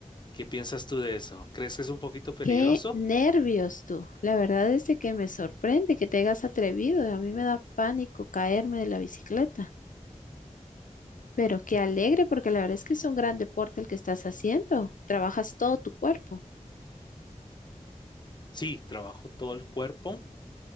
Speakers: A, on the left (about 35°); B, on the left (about 80°).
A: ¿Qué piensas tú de eso? ¿Crees que es un poquito peligroso?
B: qué nervios tú. La verdad es de que me sorprende que te hayas atrevido. A mí me da pánico caerme de la bicicleta. Pero qué alegre, porque la verdad es que es un gran deporte el que estás haciendo. Trabajas todo tu cuerpo.
A: Sí, trabajo todo el cuerpo,